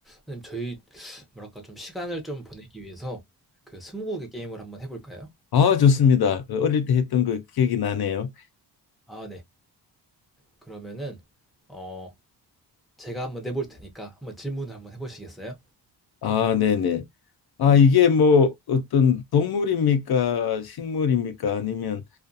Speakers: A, in the centre; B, on the left.
A: 선생님, 저희 뭐랄까 좀 시간을 좀 보내기 위해서 그 스무고개 게임을 한번 해볼까요?
B: 아, 좋습니다. 어릴 때 했던 거 기억이 나네요.
A: 아, 네. 그러면은 어 제가 한번 내볼 테니까 한번 질문을 한번 해보시겠어요?
B: 아, 네네. 아, 이게 뭐 어떤 동물입니까? 식물입니까? 아니면